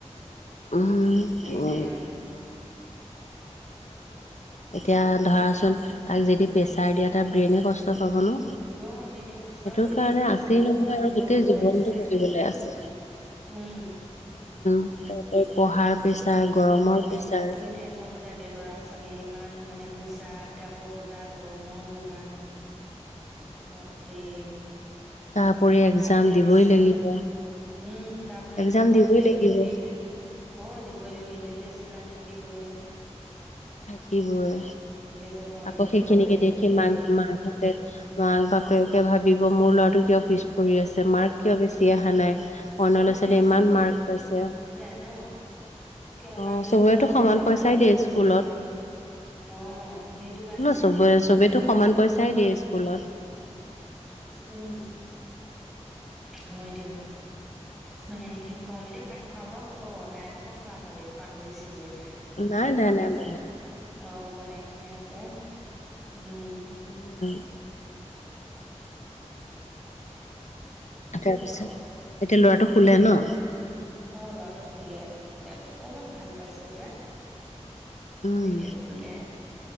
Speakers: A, on the left (about 75°); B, in the centre.
A: <unintelligible>
B: সেইটোৱে আৰু
A: এতিয়া ধৰাচোন তাক যদি প্ৰেছাৰ দিয়া তাৰ ব্ৰেইনে কষ্ট পাব ন।
B: অ', এনেই কষ্ট
A: সেইটো
B: হব
A: কাৰণে
B: ইমান
A: আছেই
B: সৰু
A: নহয়
B: ইমান
A: আৰু
B: সৰু
A: গোটেই
B: হৈ
A: জীৱনটো
B: আছে।
A: পঢ়িবলৈ আছে।
B: উম।
A: তাৰ ওপৰত পঢ়াৰ প্ৰেছাৰ। গৰমৰ প্ৰেছাৰ
B: এ <unintelligible> টেনচনহৈ যায় ল'ৰা ছোৱালীৰ ইমান মানে বুজা, কিতাপৰ বুজা, গৰমৰ বুজা বাপৰে
A: তাৰপৰি
B: ভয়ানক
A: এক্জাম
B: শাস্তি
A: দিবই
B: দিছে।
A: লাগিব,
B: উম, তাৰোপৰি
A: এক্জাম
B: আকৌ মাহে
A: দিবই
B: মাহে
A: লাগিব।
B: এই বো ইউনি অ দিবই লাগিব ইউনি ট টেষ্ট বিলাক থাকিবয়ে।
A: থাকিবই।
B: যে কন্ট্ৰল
A: আকৌ সেইখিনিকে
B: কৰে
A: দেখি
B: আজিকালি
A: মাক মাকহঁতে মাক-বাপেকে ভাবিব মোৰ ল'ৰাটো কিয় পিছ পৰি আছে মাৰ্ক কিয় বেছি অহা নাই অইনৰ
B: অ
A: লৰা-ছোৱালীয়ে
B: টেনচন
A: ইমান
B: হৈ
A: মাৰ্ক পাইছে।
B: যায় ন টকা
A: অ
B: দি
A: চবৰেটো
B: পঢ়োৱা যায়
A: সমান
B: ন
A: পইচাই
B: বহুত
A: দিয়ে
B: কষ্ট
A: স্কুল ত
B: অ সেইটো কাৰণে বেছি
A: চবে
B: টেনচন হৈ
A: চবেইেতো
B: যায়গে
A: সমান পইচাই দিয়ে স্কুলত,
B: উম হয় দিয়ক। মানে কি ক'ম এতিয়া ভাত খোৱা-বোৱা অ নাই নহয় খোৱা হয় দিয়ক পাহৰিছিলোৱে।
A: নাই নাই নাই ম
B: অ বনাইহে আছে উম।
A: উম তাৰপিছত
B: কওক
A: এতিয়া লৰাটো শুলে ন?
B: অ ল'ৰাটো শুলে গাটো অকমান ভাল পাইছে যে। তাকে
A: উম
B: শুলে।